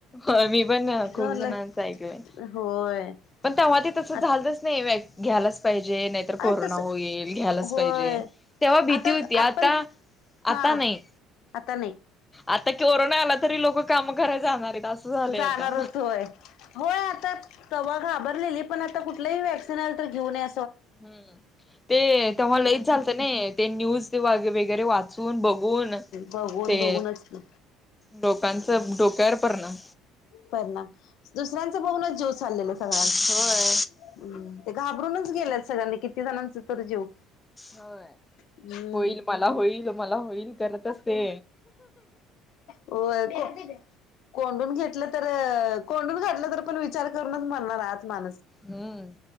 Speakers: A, on the left; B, on the left.
A: हो मी पण
B: झालंय
A: खूप जणांच ऐकलंय.
B: होय.
A: पण तेव्हा ते तसं झालंतच
B: आत
A: ने व्या घ्यायलाच पाहिजे नाही तर
B: अ
A: कोरोना
B: तस
A: होईल घ्यायलाच
B: होय
A: पाहिजे तेव्हा भीती
B: आता
A: होती
B: आपण
A: आता?
B: हा
A: आता नाही.
B: आता नाही.
A: आता कोरोना आला तरी लोक काम कराय जाणार आहीत असं झालंय
B: जाणारच
A: आता.
B: होय. होय आता तवा घाबरलेलीत पण आता कुठलीही वॅक्सिन आलं तर घेऊ न
A: हम्म ते तेव्हा लईच झालतं ने ते न्यूज वगैरे वाचून बघून,
B: बघून
A: ते
B: बघूनच की.
A: लोकांच डोक्यावर परिणाम.
B: परिणाम दुसऱ्यांच बघूनचं जिव चाललेलं सगळ्यांसनी,
A: होय
B: हम्म ते घाबरूनच गेल्यात सगळ्यांनी किती जणांचा तरी जीव,
A: होय.
B: हम्म
A: होईल मला होईल मला होईल करतच ते,
B: होय को कोंडून घेतलं तर कोंडून घातलं तर पण विचार करूनच मरणार आत माणूस.
A: हम.